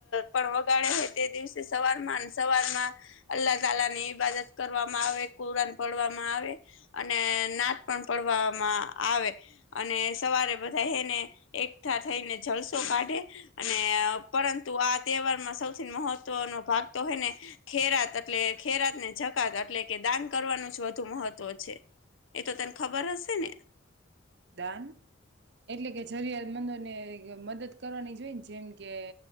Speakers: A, on the left; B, on the right.
A: પણ વગાડે છે તે દિવસે સવારમાં સવાર માં અલ્લાહ તાલા ની ઈબાદત કરવામાં આવે કુરાન પડવામાં આવે અને નાથ પણ પડવામાં આવે અને સવારે બધા એને એકઠા થઈને જલસો કાઢે અને પરંતુ પરુ આ તહેવારમાં સૌથી મહત્વનોો ભાગ તો હોય ને ખેરાત એટલે ખેરાત ને જકાત એટલે કે દાન કરવાનું જ વધુ મહત્વ છે. એ તો તર ખબર હશે ને?
B: દાન એટલે કે જરિયાતમંદો ને મદદ કરવાની જોઈને જેમ કે